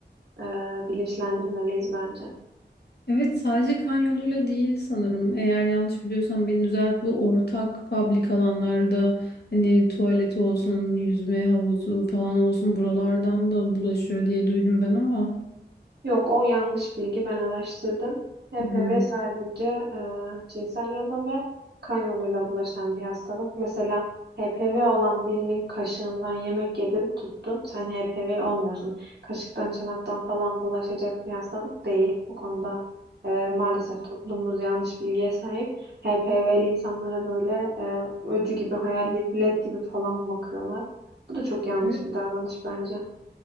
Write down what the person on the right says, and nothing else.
e, bilinçlendirmeliyiz bence.
Yok o yanlış bilgi ben araştırdım. HPV
sadece e, cinsel yolla ve kan yoluyla bulaşan bir hastalık. Mesela HPV olan birinin kaşığından yemek yedin tuttun sen HPV olmuyorsun. Kaşıktan çanaktan falan bulaşacak bir hastalık değil. Bu konuda e, maalesef toplumumuz yanlış bilgiye sahip. HPV'li insanlara böyle e, öcü gibi hayalet gibi falan bakıyorlar. Bu da çok yanlış
bir davranış bence.